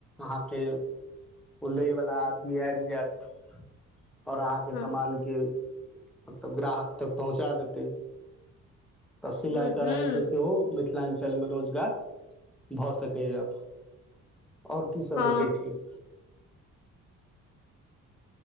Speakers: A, in the centre; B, on the left.
A: अहाँके उलयवला आदमी आब जायत ओर अहाँके
B: हँ
A: समानके मत्लव ग्राहक तक पहुँचा देतै तऽ सिलाइ
B: हूँ
A: कराइ
B: हूँ
A: से सेहो मिथिल मिथिलांचल मे रोजगार भऽ सकैया ओर कीसभ
B: हँ
A: देखै छियै